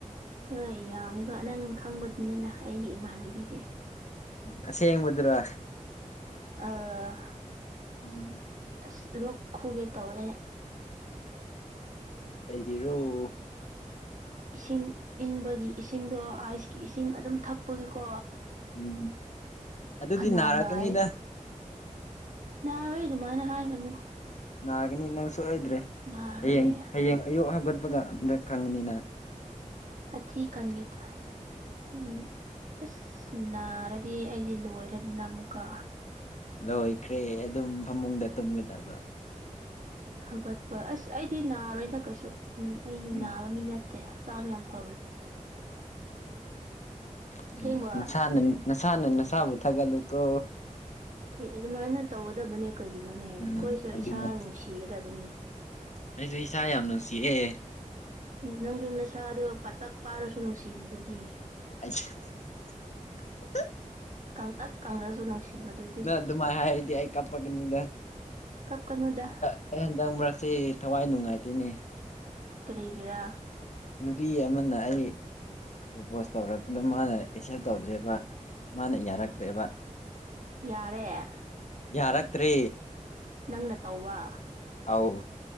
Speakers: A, on the right; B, on the left.
A: ꯍꯣꯏ ꯌꯥꯝꯃꯦꯕ ꯅꯪ ꯈꯪꯕꯗꯨꯅꯤꯅ ꯑꯩꯒꯤ ꯏꯃꯥꯟꯅꯕꯤꯗꯤ
B: ꯎ ꯑꯁꯦꯡꯕꯗꯨ꯭ꯔꯣ
A: ꯑꯥꯎ
B: ꯎꯝ
A: ꯑꯁ ꯂꯣꯛ ꯈꯨꯒꯦ ꯇꯧꯋꯦꯅꯦ
B: ꯂꯩꯒꯤꯔꯣ
A: ꯏꯁꯤꯡ ꯏꯪꯕꯒꯤ ꯏꯁꯤꯡꯗꯣ ꯑꯥꯏꯁꯀꯤ ꯏꯁꯤꯡ ꯑꯗꯨꯝ ꯊꯛꯄꯒꯤꯀꯣ
B: ꯎꯝ ꯑꯗꯨꯗꯤ
A: ꯈꯅꯥꯎ
B: ꯅꯥꯔꯛꯀꯅꯤꯗ
A: ꯅꯥꯏꯌꯦ ꯅꯥꯔꯣꯏ ꯑꯗꯨꯃꯥꯏꯅ ꯍꯥꯏꯒꯅꯨ
B: ꯅꯥꯒꯅꯤ ꯅꯪ ꯁꯨꯏꯗ꯭ꯔꯦ
A: ꯅꯥꯔꯣꯏꯌꯦ
B: ꯍꯌꯦꯡ ꯍꯌꯦꯡ ꯑꯌꯨꯛ ꯍꯥꯞꯒꯠꯄꯒ ꯑꯝꯗ ꯈꯪꯉꯅꯤꯅ
A: ꯍꯥꯊꯤ ꯈꯟꯒꯦ ꯇꯧꯌꯦ ꯎꯝ ꯑꯁ ꯅꯥꯔꯗꯤ ꯑꯩꯗꯤ ꯂꯣꯏꯔꯗꯅ ꯑꯃꯨꯛꯀ
B: ꯂꯣꯏꯈ꯭ꯔꯦ ꯑꯗꯨꯝ ꯐꯃꯨꯡꯗ ꯇꯨꯝꯒꯗꯕ
A: ꯍꯧꯒꯠꯄ ꯑꯁ ꯑꯩꯗꯤ ꯅꯥꯔꯣꯏꯗ ꯀꯩꯁꯨ ꯎꯝ ꯑꯩꯗꯤ
B: ꯎꯝ
A: ꯅꯥꯕ ꯃꯤ ꯅꯠꯇꯦ ꯍꯛꯆꯥꯡ ꯌꯥꯝ ꯐꯕꯅꯦ
B: ꯎꯝ
A: ꯑꯁꯦꯡꯕ
B: ꯃꯁꯥꯅ ꯅꯁꯥꯅ ꯅꯁꯥꯕꯨ ꯊꯥꯒꯠꯂꯨꯀꯣ
A: ꯑꯦ ꯑꯗꯨꯃꯥꯏꯅ ꯇꯧꯒꯗꯕꯅꯦ ꯀꯔꯤꯅꯣꯅꯦ ꯑꯩꯈꯣꯏꯁꯨ
B: ꯎꯝ ꯑꯗꯨꯅꯦ
A: ꯏꯁꯥ ꯅꯨꯡꯁꯤꯒꯗꯕꯅꯦ
B: ꯑꯩꯁꯨ ꯏꯁꯥ ꯌꯥꯝ ꯅꯨꯡꯁꯤꯑꯦ
A: ꯅꯪꯁꯨ ꯅꯁꯥꯗꯣ ꯄꯥꯇꯛ ꯄꯥꯔꯁꯨ ꯅꯨꯡꯁꯤꯕꯗꯨꯗꯤ
B: <inaudible>
A: ꯀꯪꯇꯛ ꯀꯪꯉꯁꯨ ꯅꯨꯡꯁꯤꯕꯗꯨꯗꯤ
B: ꯅ ꯑꯗꯨꯃꯥꯏꯅ ꯍꯥꯏꯔꯗꯤ ꯑꯩ ꯀꯥꯄꯒꯅꯤꯅ
A: ꯀꯞꯀꯅꯨꯗ
B: ꯑꯩ ꯍꯟꯗꯛ ꯃꯔꯛꯁꯤ ꯊꯋꯥꯏ ꯅꯨꯡꯉꯥꯏꯇꯣꯏꯅꯦ
A: ꯀꯔꯤꯒꯤꯔꯥ
B: ꯅꯨꯄꯤ ꯑꯃꯅ ꯑꯩ ꯄ꯭ꯔꯄꯁ ꯇꯧꯔꯛꯄꯗ ꯃꯥꯅ ꯑꯦꯛꯁꯦꯞ ꯇꯧꯗ꯭ꯔꯦꯕ ꯃꯥꯅ ꯌꯥꯔꯛꯇ꯭ꯔꯦꯕ
A: ꯌꯥꯔꯦ
B: ꯌꯥꯔꯛꯇ꯭ꯔꯦ
A: ꯅꯪꯅ ꯇꯧꯕ
B: ꯑꯧ